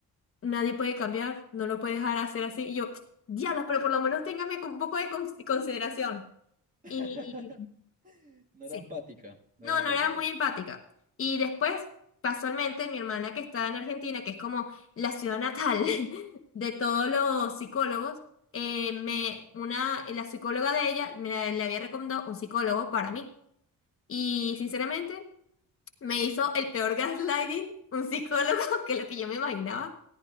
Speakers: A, on the left; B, on the right.
A: nadie puede cambiar, no lo puede dejar hacer así. Y yo, diablos, pero por lo menos téngame con un poco de cons- consideración.
B: <laughs>
A: Y
B: No
A: sí.
B: era empática, no
A: No,
B: era empática.
A: no era muy empática. Y después, casualmente, mi hermana que está en Argentina, que es como la ciudad natal <laughs> de todos los psicólogos, eh, me, una, la psicóloga de ella me, le había recomendado un psicólogo para mí. Y sinceramente, me hizo el peor gaslighting un psicólogo <laughs> que lo que yo me imaginaba,